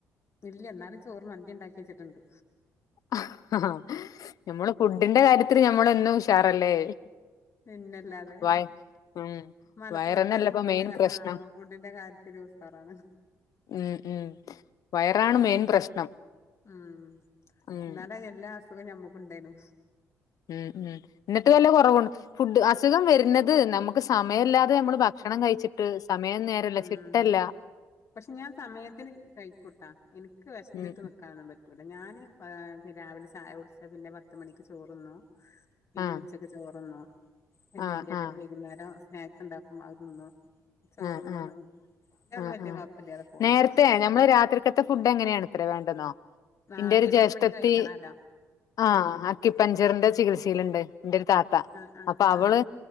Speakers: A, on the left; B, on the left.
A: ഇല്യ എന്നാലും ചോറ് മന്തി ഉണ്ടാക്കി വെച്ചിട്ടുണ്ട്
B: ആ ഹാഹാ ഞമ്മള് ഫുഡിന്റെ കാര്യത്തിൽ ഞമ്മളൊന്നും ഉഷാറല്ലേ
A: പിന്നെല്ലാതെ
B: വയ ഉം
A: മലപ്പുറംക്കാർ
B: വയറന്നല്ല ഇപ്പൊ
A: ഫുഡിന്റെ
B: മെയിൻ പ്രശ്നം
A: ആഹ് ഫുഡിന്റെ കാര്യത്തിൽ ഉഷാറാണ്
B: ഉം ഉം വയറാണ് മെയിൻ പ്രശ്നം
A: ഉം
B: ഉം
A: എന്നാലെ എല്ലാ അസുഖവും ഞമ്മക്കു ഉണ്ടേനു
B: ഉം ഉം എന്നിട്ട് വല്ല കുറവുണ്ട് ഫുഡ് അസുഖം വരുന്നത് നമുക്ക് സമയമില്ലാതെ നമ്മള് ഭക്ഷണം കഴിച്ചിട്ട് സമയം നേരെല്ല
A: ഉം
B: ചിട്ടയില്ല
A: പക്ഷെ ഞാൻ സമയത്തിന് കഴിക്കൂട്ടാ എനിക്ക് വിഷന്നിട്ട്
B: ഉം
A: നിക്കാൻ ഒന്നും പറ്റില്ല പറ്റൂല്ല ഞാൻ രാവിലെ ചായ കുടച്ചാൽ പിന്നെ പത്ത് മണിക്ക് ചോറുന്നു പിന്നെ
B: ആഹ്
A: ഉച്ചക്ക് ചോറന്ന പിന്നെ
B: ആഹ്
A: അതിന്റെ ഇട
B: ആഹ്
A: വൈകുന്നേരം സ്നാക്സ് ണ്ടാക്കുമ്പോ അത് തിന്നുംനും
B: ആഹ്
A: ഒന്ന
B: ആഹ്
A: ഞാൻ
B: ആഹ്
A: വലിയ
B: ആഹ്
A: പപ്പന്റെ അതെ പോണ്ട്
B: നേരത്തെ ഞമ്മള് രാത്രിക്കത്തെ ഫുഡ് എങ്ങനെയാണത്രേ വേണ്ടെന്നോ ഇന്റെ
A: ആദ്യം
B: ഒരു
A: എട്ട്
B: ജ്യേഷ്ഠത്തി
A: മണിക്ക് കഴിക്കണല്ലോ
B: ആഹ് അക്കിപ്പഞ്ചറിന്റെ ചികിത്സയിൽ ഉണ്ട് എന്റെ താത്ത
A: ആഹ് ആഹ്
B: അപ്പൊ അവള്
A: ആഹ്